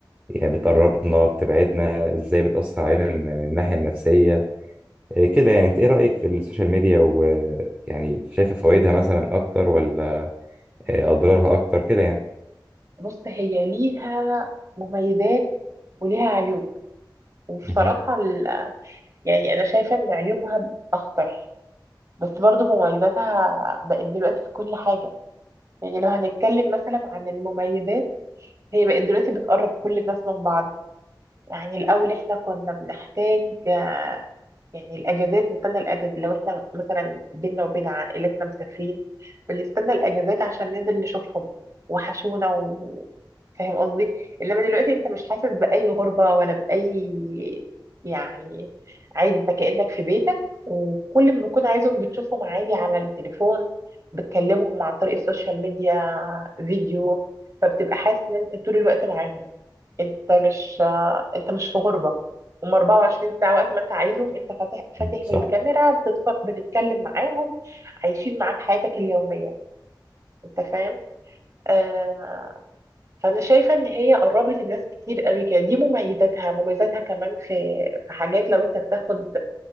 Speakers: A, on the right; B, on the right.
A: يعني بتقربنا بتبعدنا ازاي بتأثر علينا من من الناحية النفسية أه كده يعني انت ايه رأيك في السوشيال ميديا ويعني شايفة فوائدها مثلا اكتر ولا آه، اضرارها اكتر كده يعني
B: بص هي ليها مميزات وليها عيوب وبصراحة
A: امم
B: ال... يعني انا شايفة ان عيوبها اخطر بس برضو مميزاتها بقت دلوقتي في كل حاجة يعني لو هنتكلم مثلا عن المميزات هي بقت دلوقتي بتقرب كل الناس من بعض يعني الأول إحنا كنا بنحتاج آه، يعني الأجازات نستنى الأجازة لو إحنا مثلا بينا وبين عائلتنا مسافرين بنستنى الأجازات عشان ننزل نشوفهم وحشونا و... فاهم قصدي؟ إنما دلوقتي أنت مش حاسس بأي غربة ولا بأي يعني عادي أنت كأنك في بيتك وكل ما بتكون عايزهم بتشوفهم عادي على التليفون بتكلمهم عن طريق السوشيال ميديا فيديو فبتبقى حاسس إن أنت طول الوقت معاهم انت مش انت مش في غربة هم 24 ساعة وقت ما انت عايزهم انت فاتح فاتح
A: صح
B: الكاميرا بتتف... بتتكلم معاهم عايشين معاك حياتك اليومية انت فاهم آه... فانا شايفة ان هي قربت الناس كتير قوي كده دي مميزاتها مميزاتها كمان في في حاجات لو انت بتاخد